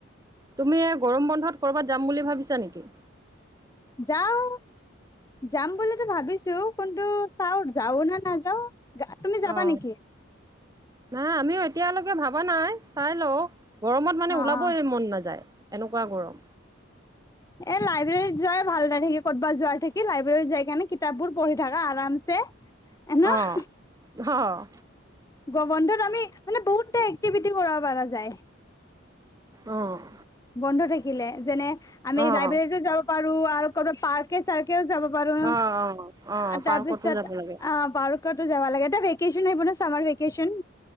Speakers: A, on the right; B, on the left.
A: তুমি গৰম বন্ধত কৰবাত যাম বুলি ভাবিছা নেকি?
B: যাও। যাম বুলিতো ভাবিছোঁ কুন্তু চাও যাওঁ না নাযাওঁ। গা তুমি যাবা
A: অ
B: নেকি?
A: নাই আমিও এতিয়ালৈকে ভাবা নাই। চাই লওঁ, গৰমত মানে
B: অ',
A: ওলাবই
B: অ'।
A: মন নাযায়। এনেকুৱা গৰম।
B: এ লাইব্ৰেৰীত যোৱাই ভাল তাতথাকি ক'তবা যোৱাৰ থাকি লাইব্ৰেৰীত যাই কেনে কিতাপ বোৰ পঢ়ি থাকা আৰামছে, এহ নহ?
A: অ', অ', অ',
B: গ'বন্ধত আমি মানে বহুতটা এক্টিভিটি কৰবা পাৰা যায়।
A: অ'।
B: বন্ধ থাকিলে যেনে আমি
A: অ',
B: লাইব্ৰেৰীতো যাব পাৰো, আৰু কৰবা পাৰ্কে চাৰ্কেও যাব পাৰোঁ,
A: অ', অ', অ',
B: আ
A: পাৰ্কতো
B: তাৰপিছত
A: যাব লাগে
B: অ পাৰ্কতো যাবা লাগে তে ভেকেচন আহিব না চামাৰ ভেকেচন।